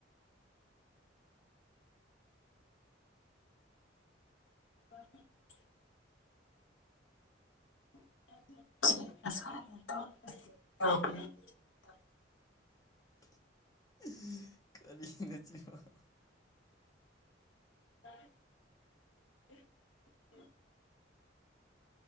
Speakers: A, on the left (about 90°); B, on the left (about 20°).
A: <inaudible> <inaudible>
B: <inaudible> ꯀꯔꯤ ꯅꯆꯤꯟꯅꯣ <unintelligible>
A: <inaudible>